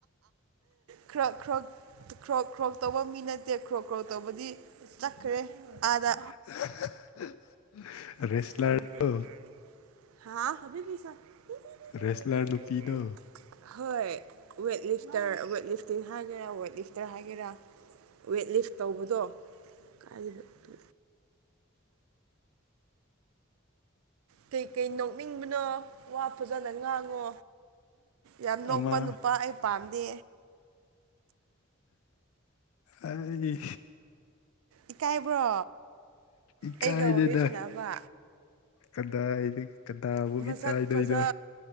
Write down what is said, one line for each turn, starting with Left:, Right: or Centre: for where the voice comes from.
Right: ꯈ꯭ꯔꯣꯛ ꯈ꯭ꯔꯣꯛ ꯈ꯭ꯔꯣꯛ ꯈ꯭ꯔꯣꯛ ꯇꯧꯕ ꯃꯤ ꯅꯠꯇꯦ ꯈ꯭ꯔꯣꯛ ꯈ꯭ꯔꯣꯛ ꯇꯧꯕꯗꯤ ꯆꯠꯈ꯭ꯔꯦ ꯀꯥꯗ
Left: <unintelligible> ꯔꯦꯁꯂꯔ
Right: <unintelligible>
Left: ꯔꯦꯁꯂꯔ ꯅꯨꯄꯤꯗꯣ
Right: ꯍꯣꯏ ꯋꯦ ꯂꯤꯁꯔꯋ ꯇꯤ ꯍꯥꯏꯒꯦꯔꯥ ꯋꯦꯠ ꯂꯤꯐꯇꯔ ꯍꯥꯏꯒꯦꯔꯥ ꯋꯦꯠ ꯂꯤꯐ ꯇꯧꯕꯗꯣ ꯀꯥꯏꯕꯛꯇ ꯀꯩꯀꯩ ꯅꯣꯛꯅꯤꯡꯕꯅꯣ ꯋꯥ ꯐꯖꯅ ꯉꯥꯡꯉꯣ ꯌꯥꯝ
Left: ꯑꯃ
Right: ꯅꯣꯛꯄ ꯅꯨꯄꯥ ꯑꯩ ꯄꯥꯝꯗꯦ
Left: ꯑꯩ
Right: ꯏꯀꯥꯏꯕ꯭ꯔꯣ
Left: ꯏꯀꯥꯏꯗꯦꯗ
Right: ꯑꯩꯒ ꯋꯥꯔꯤ ꯁꯥꯟꯅꯕ
Left: ꯀꯗꯥꯏꯗ ꯀꯗꯧꯕꯒꯤ
Right: ꯃꯁꯛ
Left: ꯀꯥꯏꯕꯩꯔꯣ
Right: ꯐꯖ